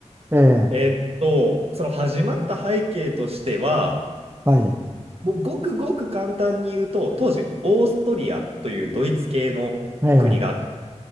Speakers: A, on the right; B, on the right.
A: えええ
B: えっと、その始まった背景としては、
A: はい。
B: もうごくごく簡単に言うと、当時、オーストリアというドイツ系の国があった、
A: ええ